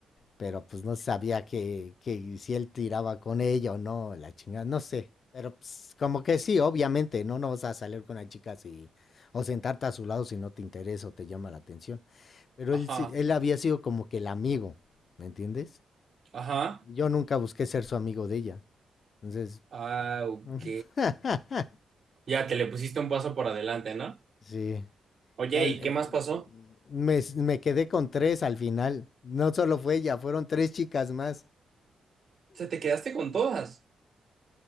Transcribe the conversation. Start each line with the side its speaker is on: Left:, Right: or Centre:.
Left: Pero pues no sabía que, que si él tiraba con ella o no, la chingada, no sé. Pero pues como que sí, obviamente, ¿no? No vas a salir con una chica si, o sentarte a su lado si no te interesa o te llama la atención. Pero
Right: Ajá,
Left: él, sí- él había sido como que el amigo, ¿me entiendes?
Right: ajá.
Left: Yo nunca busqué ser su amigo de ella. Entonces,
Right: Ah,
Left: eh,
Right: ok.
Left: <laughs>
Right: Ya, que le pusiste un paso por adelante, ¿no?
Left: sí.
Right: Oye,
Left: Y al,
Right: ¿y
Left: eh,
Right: qué más pasó? O
Left: me, me quedé con tres al final. No solo fue ella, fueron tres chicas más.
Right: sea, te quedaste con todas,